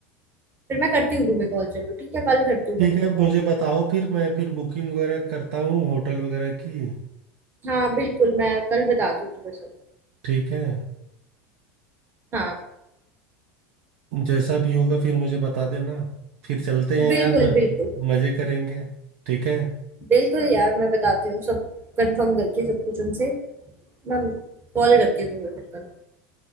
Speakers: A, on the right; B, on the right.
A: फिर मैं करती हूँ तुम्हें कॉल चलो ठीक है कल करती हूँ
B: ठीक
A: मैं तुम्हें
B: है
A: कॉल
B: मुझे बताओ फिर मैं फिर बुकिंग वगैरह करता हूँ होटल वगैरह की
A: हाँ बिल्कुल मैं कल बताती हूँ तुम्हें सब
B: ठीक है
A: हाँ
B: जैसा भी होगा फिर मुझे बता देना फिर चलते हैं
A: बिल्कुल
B: यार म-
A: बिल्कुल
B: मजे करेंगे ठीक है
A: बिल्कुल यार मैं बताती हूँ सब कंफर्म करके सब कुछ उनसे मैं कॉल करती हूँ तुम्हें फिर कल